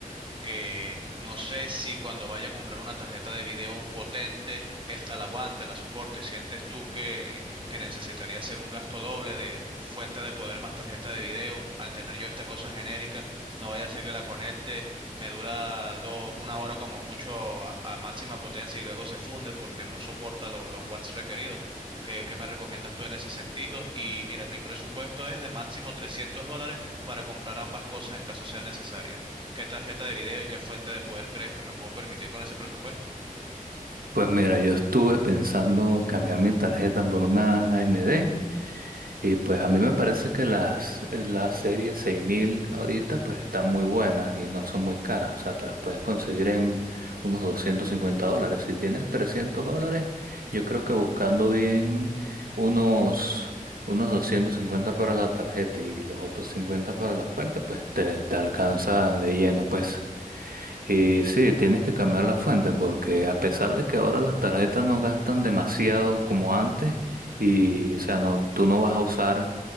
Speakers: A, on the right; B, on the right.
A: que no sé si cuando vaya a comprar una tarjeta de video potente, esta la aguante, la soporte. ¿Sientes tú que, que necesitaría hacer un gasto doble de fuente de poder más tarjeta de video al tener yo esta cosa genérica? No vaya a ser que la conecte, me dura do- una hora como mucho a, a máxima potencia y luego se funde porque no soporta lo- los watts requeridos. ¿Qué, qué me recomiendas tú en ese sentido? Y mira, mi presupuesto es de máximo 300 dólares para comprar ambas cosas en caso sea necesaria. ¿Qué tarjeta de video y qué fuente de poder crees que me puedo permitir con ese presupuesto?
B: Pues mira, yo estuve pensando cambiar mi tarjeta por una AMD Y pues a mí me parece que las, eh, las series 6000 ahorita pues están muy buenas y no son muy caras. O sea, te las puedes conseguir en unos 250 dólares. Si tienes 300 dólares, yo creo que buscando bien unos, unos 250 para la tarjeta y los otros 50 para la fuente, pues te, te alcanza de lleno. Pues y sí, tienes que cambiar la fuente porque a pesar de que ahora las tarjetas no gastan demasiado como antes y o sea, no, tú no vas a usar